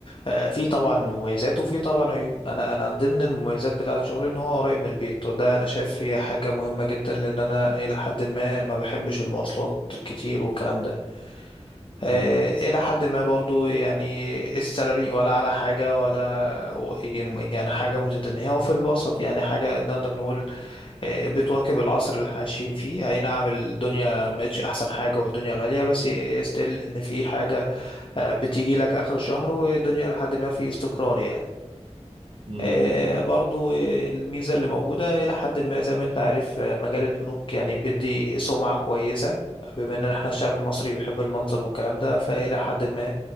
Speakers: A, on the left; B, on the right.
A: آه، فيه طبعا مميزات وفيه طبعا عيوب انا انا ضمن المميزات بتاعه شغلي ان هو قريب من البيت وده انا شايف هي حاجه مهمه جدا لان انا الى حد ما ما بحبش المواصلات الكتير والكلام ده آه،
B: مم،
A: الى حد ما برضو يعني السالري ولا على حاجه ولا يعني حاجه متدنيه هو في الوسط يعني حاجه نقدر نقول آه، بتواكب العصر اللي احنا عايشين فيه اي نعم الدنيا مش احسن حاجة والدنيا غالية بس ستيل ان في حاجة آه، بتيجي لك اخر الشهر والدنيا لحد ما في استقرار يعني
B: مم،
A: آه،
B: مم.
A: برضو آه، الميزة اللي موجودة إلى حد ما زي ما أنت عارف آه، مجال البنوك يعني بيدي سمعة كويسة بما إن إحنا الشعب المصري بيحب المنظر والكلام ده فإلى حد ما